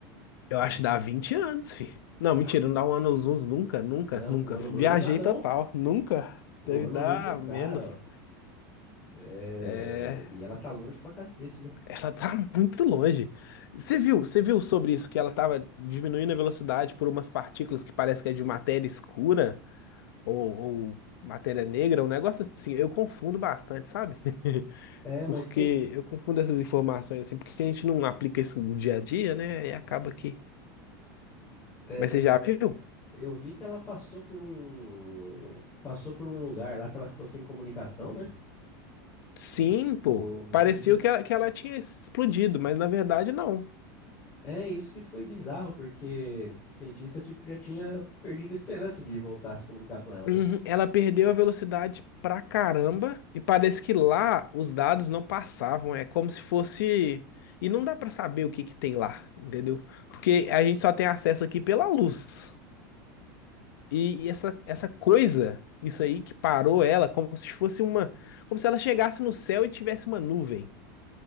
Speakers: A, on the left; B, on the left.
A: Eu
B: Ela
A: acho que dá 20 anos, fi. Não,
B: dá-
A: mentira, não dá um ano aos uns nunca, nunca,
B: não,
A: nunca.
B: um ano-luz
A: Viajei
B: não dá, não.
A: total, nunca.
B: Um
A: Deve
B: ano-luz
A: dar
B: não dá.
A: menos.
B: ó. É,
A: É,
B: e ela tá longe pra cacete, né?
A: ela tá <laughs> muito longe. Você viu, você viu sobre isso que ela tava diminuindo a velocidade por umas partículas que parece que é de matéria escura ou, ou matéria negra, um negócio assim. Eu confundo bastante, sabe? <laughs>
B: É,
A: Porque
B: mas tem.
A: eu confundo essas informações assim, porque a gente não aplica isso no dia a dia, né? E acaba que.
B: É,
A: Mas
B: mas
A: você
B: é,
A: já viu?
B: Eu vi que ela passou por um passou por um lugar lá que ela ficou sem comunicação, né?
A: Sim,
B: Que o,
A: pô.
B: o
A: Parecia
B: cientista
A: que ela, que ela tinha explodido, mas na verdade não.
B: é isso que foi bizarro, porque o cientista tipo já tinha perdido a esperança de voltar a se comunicar com ela,
A: Uhum,
B: né?
A: Ela perdeu a velocidade pra caramba e parece que lá os dados não passavam. É como se fosse. E não dá pra saber o que que tem lá, entendeu? Porque a gente só tem acesso aqui pela luz. E, e essa, essa coisa, isso aí que parou ela, como se fosse uma. Como se ela chegasse no céu e tivesse uma nuvem,